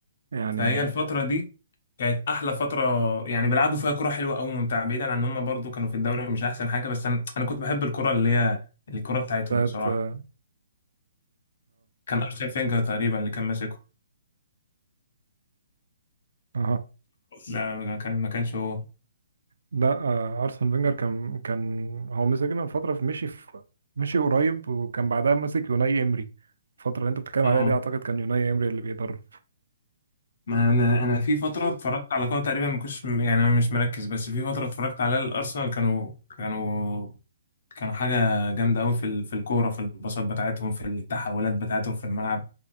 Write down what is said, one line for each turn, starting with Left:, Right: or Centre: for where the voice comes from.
Right: يعني
Left: فهي الفتره دي كانت احلى فتره يعني بيلعبوا فيها كره حلوه قوي ممتعه بعيدا عن ان هم برضو كانوا في الدوري مش احسن حاجه بس انا انا كنت بحب الكره اللي هي الكره بتاعتهم
Right: بتاعت
Left: بصراحه
Right: اه
Left: كان ارسنال فينجر تقريبا اللي كان ماسكه
Right: اه
Left: لا ما كان ما كانش هو
Right: لا آه، ارسن فينجر كان كان هو مسكنا فتره في مشي في مشي قريب وكان بعدها ماسك يوناي امري الفتره اللي انت بتتكلم
Left: اه
Right: عليها دي اعتقد كان يوناي امري اللي بيدرب
Left: ما انا انا في فتره اتفرجت على كوره تقريبا ما كنتش يعني انا مش مركز بس في فتره اتفرجت على الارسنال كانوا كانوا كانوا حاجه جامده قوي في ال- في الكوره في الباصات بتاعتهم في التحولات بتاعتهم في الملعب